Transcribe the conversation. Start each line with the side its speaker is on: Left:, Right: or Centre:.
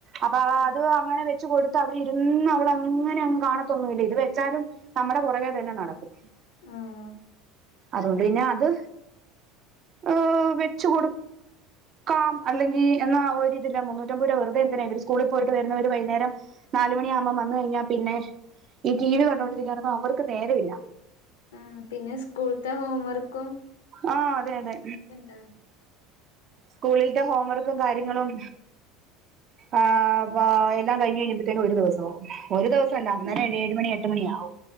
Right: അപ്പാ
Left: അതെ
Right: അത് അങ്ങനെ വെ ച്ച കൊടുത്ത് അവിടെ ഇര്ന്ന് അവെൾ അങ്ങനെ അങ്ങ് കാണത്തൊന്നും ഇല്ല ഇത് വെച്ചാലും നമ്മ്ടെ പൊറകെ തന്നെ നടക്കും
Left: ഉം
Right: അതുകൊണ്ട് പിന്നെ അത് ഓ വെച്ച് കൊട് ക്കാം അല്ലെങ്കി എന്ന ഒര് ഇതില്ല മുന്നൂറ്റി അമ്പയ് രൂപ വെറുതെ എന്തിനാ ഇവെര് സ്കൂളി പോയിട്ട് വെരുന്നെ ഇവെര് വൈന്നേരം നാല് മണിയാകുമ്പും വന്ന് കഴിഞ്ഞാ പിന്നെ ഈ ടി വി കണ്ടോണ്ടിരിക്ക്യായാനൊന്നും
Left: ഉം
Right: അവെർക്ക് നേരവില്ല
Left: ആ പിന്നെ സ്കൂൾത്തെ ഹോം വർക്കും
Right: ആഹ് അതെ അതെ
Left: കേൾ ക്കണ്ട
Right: സ്കൂളിലെത്ത ഹോംവർക്കും കാര്യങ്ങളും ആഹ് വ എല്ലാം കഴിഞ്ഞ് കഴിയുമ്പത്തേകും ഒരു ദിവസം ആവും ഒരു ദിവസമല്ല
Left: ഉം
Right: അന്നരെ ഏഴ് മണി എട്ട് എട്ട് മണിയാവും